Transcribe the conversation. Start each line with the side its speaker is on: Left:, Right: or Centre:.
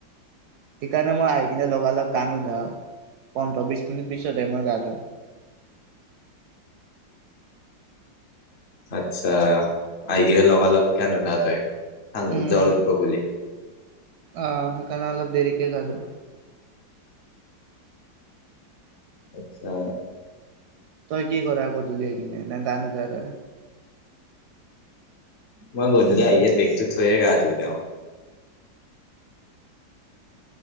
Right: সেইকাৰণে মই আহি কিনে লগা লগ গা নোধাউ। পোন্ধৰ বিশ মিনিট পিছতহে মই গা ধুও।
Left: আচ্ছা, আহি কিনে লগা লগ গা নুধা তই, আন,
Right: উম,
Left: জ্বৰ উঠব বুলি।
Right: অ', সেইকাৰণে অলপ দেৰিকে গা ধু।
Left: আচ্ছা।
Right: তই কি কৰা গধূলি আহি কিনে, না গা নুধা তই?
Left: মই গধূলি আহিয়ে বেগটো থৈয়ে গা ধুই দেওঁ।